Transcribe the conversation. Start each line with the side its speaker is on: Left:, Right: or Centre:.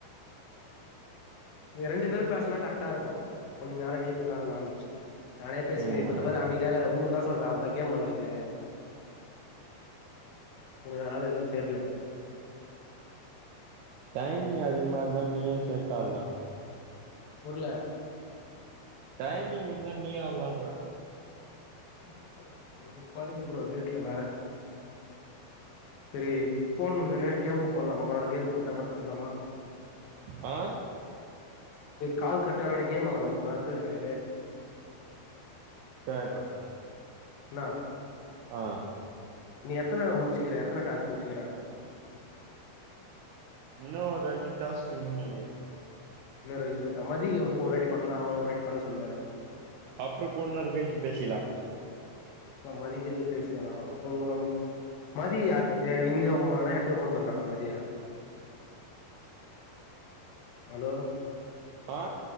Left: ரெண்டு பேரு பேசுனா கரெக்டா இருக்கு கொஞ்ச நேர நீ கொஞ்ச நேர நானு நானே பேசிக்கிறே
Right: ம்
Left: இப்பத்தற அமைதியா இருக்குற ஊன்னுதா சொல்றா கேம் விளையாடிக்கிற உனக்கு அதனால எதுவு தெரில
Right: டைம் அதிகமா இருந்தா நீயு சேத்து ஆடலா
Left: உருள
Right: டைமிங் இருந்தா நீ ஆட்லா ப்ரோ
Left: ஓகே வெறுப்பா இருக்குது ப்ரோ வீட்ல வேற சரி போன் முடிஞ்சோன கேம் போடலாமா கொஞ்ச நேர கேம் போட்டா அப்ற பேசலாமா
Right: ஆ
Left: கால் கட்டானா கேம் விளையாடலாம கொஞ்ச நேர ஃப்ரீ ஃபயரு
Right: செரிடா
Left: என்னா
Right: ஆ
Left: நீ எத்தனமுச்சுக்கிற எத்தன டாஸ்க் முச்சுக்குற
Right: இன்னு ஒர் ரெண்டு டாஸ்க் இருக்குன் நினக்குற
Left: இன்னு ரெண்டு இருக்குத்தா மதி அம் ஒருஆட்டி பண்ணலா ஒருவாட்டி பண்ணசொல்லு
Right: அப்றகொஞ் நேர கழிச்சு பேசிக்லா
Left: நா மதிக்கிற்து பேசினநேரொ புங்கம் மதியாரு இன்னிதா ஓப்பன் பன்னான்னா எப்யோ ஓப்பன் பண்ட்டானா மதிய ஹலோ
Right: ஆ